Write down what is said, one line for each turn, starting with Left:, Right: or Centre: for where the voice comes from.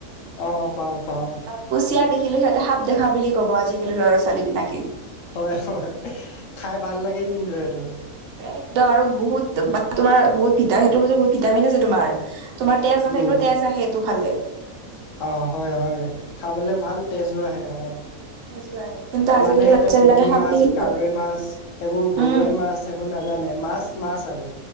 Left: অ' চাওঁ চাওঁ।
Right: অ কুচিয়া দেখিলে সিহঁতে সাপ দেখা বুলি ক'ব আজিকালি ল'ৰা ছোৱালী বিলাকে।
Left: হয়, হয় খাই ভাল লাগে কিন্তু এইটো।
Right: একদম আৰু বহুত বা তোমাৰ বহুত ফিতাহিটো বোলি বহুত ভিটামিন আছে তোমাৰ। তোমাৰ তেজ নাথাকিলো
Left: উম
Right: তেজ আহে এইটো খালে।
Left: অ' হয় হয় খাবলৈ ভাল তেজো আহে হয়।
Right: তেজো আহে কিন্তু আজিকালি
Left: মানে সেঁতে
Right: বাচ্ছা
Left: পুঠি
Right: বিলাকে সাপ
Left: মাছ
Right: দেখি
Left: কাৱৈ মাছ সেইবোৰ গৰৈ
Right: উম
Left: মাছ সেইবোৰ নাজানে মাছ মাছ আৰু।